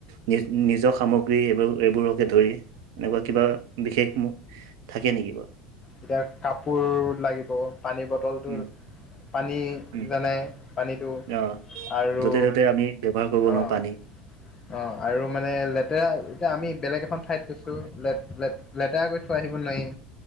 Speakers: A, on the right; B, on the left.
A: নি নিজৰ স সামগ্ৰী এইব এইবোৰকে ধৰি এনেকুৱা কিবা বিশেষ থাকে নেকি বাৰু।
B: এতিয়া কাপোৰ লাগিব পানী বটলটোৰ
A: উম।
B: পানী
A: উম,
B: যেনে পানীটো
A: অ
B: আৰু
A: য'তে ত'তে আমি ব্যৱহাৰ কৰিব
B: অ'।
A: নোৱাৰো পানী।
B: অ' আৰু মানে লেতেৰা, এতিয়া আমি বেলেগ এখন ঠাইত গৈছোঁ লেত-লেত-লেতেৰা কই থৈ আহিব নোৱাই।